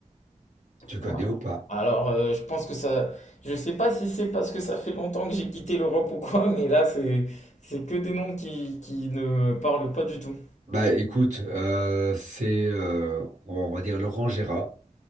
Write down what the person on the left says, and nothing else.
Voilà.
Alors, euh, je pense que ça. Je sais pas si c'est parce que ça fait longtemps que j'ai quitté l'Europe ou quoi, mais là, c'est c'est que des noms qui, qui ne me parlent pas du tout.